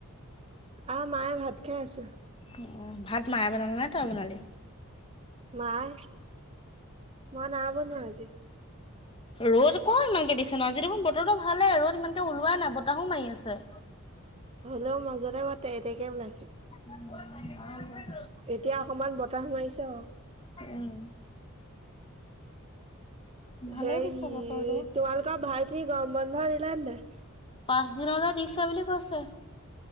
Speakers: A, on the right; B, on the left.
A: আহ, মায়ে ভাত খাই আছে।
B: অ', ভাত মায়ে বনালে নে, তই বনালি?
A: মায়, মই নাই বনোৱা আজি।
B: ৰ'দ ক, ইমানকে দিছে নো আজি দেখোন বতৰো ভালে, ৰ'দ ইমানকে ওলোৱাই নাই, বতাহো মাৰি আছে।
A: <unintelligible> হ'লেও মাজতে মই তে তেকে ওলাইছে।
B: <inaudible>
A: এতিয়া অকমান বতাহ মাৰিছে অ'।
B: উম ভালে
A: হেই,
B: দিছে বতৰটো
A: তোমালোকৰ ভাল কি গৰম বন্ধ দিলে নাই?
B: পাঁচদিনলৈ দিছে বুলি কৈছে।